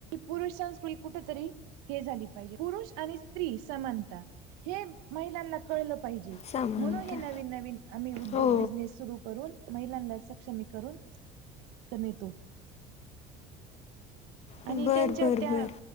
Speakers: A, on the right (about 85°); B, on the left (about 35°).
A: पुरूष संस्कृती कुठ तरी हे झाली पाहिजे. पुरुष आणि स्त्री समानता हे महिलांना कळलं पाहिजे.
B: समानता
A: म्हणून हे नवीन नवीन आम्ही उद्योग
B: हो
A: बिझनेस सुरू करून महिलांना सक्षमी करून कमीवतो.
B: बरं
A: आणि त्यांच्या
B: बरं
A: त्या
B: बरं